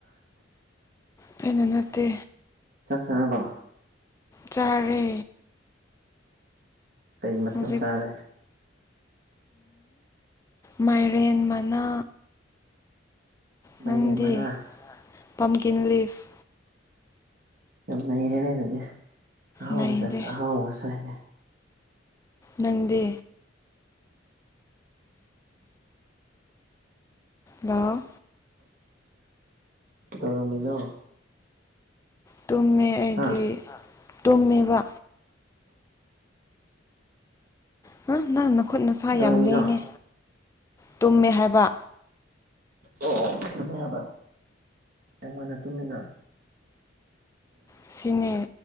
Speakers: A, on the left; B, on the right.
A: ꯐꯩꯅ ꯅꯠꯇꯦ
B: ꯆꯥꯛ ꯆꯕꯣ
A: ꯆꯔꯦ
B: ꯀꯩ ꯃꯊꯦꯜ
A: ꯍꯧꯖꯤꯛ
B: ꯆꯥꯔꯦ
A: ꯃꯥꯏꯔꯦꯟ ꯃꯅꯥ
B: ꯃꯥꯏꯔꯦꯟ
A: ꯅꯪꯗꯤ
B: ꯃꯅꯥ
A: ꯄꯝꯀꯤꯟ ꯂꯤꯐ
B: ꯌꯥꯝꯅꯩꯔꯦꯅꯦ ꯑꯗꯨꯗꯤ ꯑꯍꯥꯎꯕ
A: ꯅꯩꯗꯦ
B: ꯆꯁ ꯑꯍꯥꯎꯕꯁ ꯍꯥꯏꯅꯦ
A: ꯅꯪꯗꯦ ꯂ
B: ꯗ ꯉꯝꯃꯤꯅꯣ
A: ꯇꯨꯝꯃꯦ ꯑꯩꯗꯤ
B: ꯍꯥ
A: ꯇꯨꯝꯃꯦꯕ ꯍꯥ ꯅꯪꯅ ꯈꯨꯠ ꯅꯁꯥ
B: ꯀꯩꯗꯧꯔꯝꯃꯤꯅꯣ
A: ꯌꯥꯝ ꯂꯦꯡꯉꯦ ꯇꯨꯝꯃꯦ ꯍꯥꯏꯕ
B: ꯑꯣ ꯑꯣ ꯇꯨꯝꯃꯦ ꯍꯥꯏꯕ ꯌꯥꯝ ꯉꯟꯅ ꯇꯨꯝꯃꯤꯟꯅ
A: ꯑꯁꯤꯅꯤ